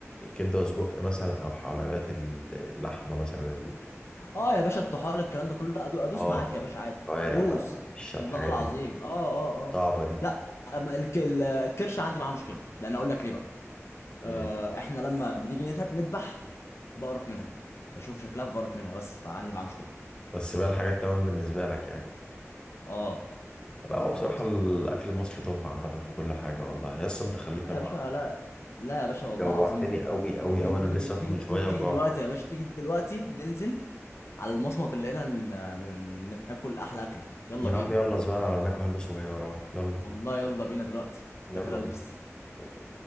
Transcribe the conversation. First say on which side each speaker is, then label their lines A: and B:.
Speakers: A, on the left; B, on the left.
A: كبدة وسجق مثلا أو حلويات ال- اللحمة مثلا ال-
B: اه يا باشا الطحال الكلام ده كله لا، أدو- ادوس
A: آه
B: معاك يا باشا عادي
A: الكوارع
B: ادوس
A: بقى مش
B: والله
A: على الحاجات
B: العظيم اه اه اه
A: الصعبة دي
B: لا أما الك- ال- الكرش عندي معاه مشكله لان اقول لك ليه بقى
A: إيه؟
B: آه احنا لما بنيجي نتب- نذبح بقرف منها بشوف شكلها بقرف منها بس فعندي معاه مشكله
A: بس بقى الحاجات تمام بالنسبة لك يعني
B: اه
A: لا
B: بالظبط
A: هو بصراحة الأكل المصري طب عامة في كل حاجة والله يا اسطى أنت خليتني
B: لا
A: أجوع
B: يا باشا لا لا يا باشا والله
A: جوعتني
B: العظيم انت تيجي
A: أوي
B: تيجي
A: أوي
B: تيجي
A: أوي
B: تيجي
A: أنا لسه
B: د-
A: واكل
B: تيجي,
A: من
B: تيجي,
A: شوية
B: تيجي
A: وجوع
B: دلوقتي يا باشا تيجي دلوقتي ننزل على المصمت اللي هنا ن- ن- ناكل احلى اكله يلا
A: يا
B: بينا
A: عم يلا زبالة على هناك وهلبس وجاي وراك يلا
B: والله يلا بينا دلوقتي انا
A: يلا
B: داخل البس
A: يلا